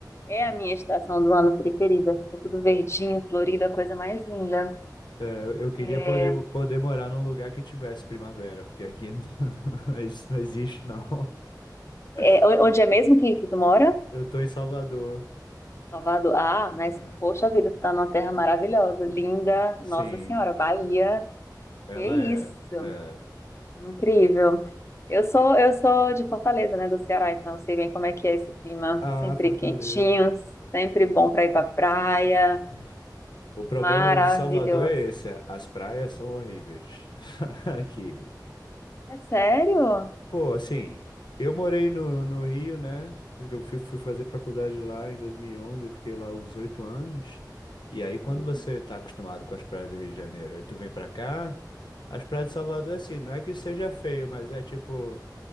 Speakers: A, on the left; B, on the left.
A: é a minha estação do ano preferida. Fica tudo verdinho, florido, a coisa mais linda.
B: É, eu eu queria
A: É,
B: poder, poder morar num lugar que tivesse primavera, porque aqui não- <laughs> isso não existe, não.
A: é,
B: <laughs>
A: onde é mesmo que, que tu mora?
B: Eu tô em Salvador.
A: Salvador. Ah,
B: É,
A: mas poxa vida, tu tá numa terra maravilhosa, linda.
B: sim,
A: Nossa Senhora, Bahia.
B: ela
A: Que isso?
B: é, é.
A: Incrível. Eu sou, eu sou de Fortaleza, né, do Ceará, então eu sei bem como é que é esse clima,
B: Ah,
A: sempre
B: Fortaleza.
A: quentinho, sempre bom para ir para praia.
B: <laughs> O problema
A: Maravilhoso.
B: do de Salvador é esse, é, as praias são horríveis <laughs> aqui.
A: É sério?
B: Pô, assim, eu morei no, no Rio, né? Porque eu fui, fui fazer faculdade lá em 2011, eu fiquei lá uns oito anos. E aí,
A: Uhum.
B: quando você tá acostumado com as praias do Rio de Janeiro, aí tu vem pra cá, as praias de Salvador, assim, não é que seja feio, mas é tipo.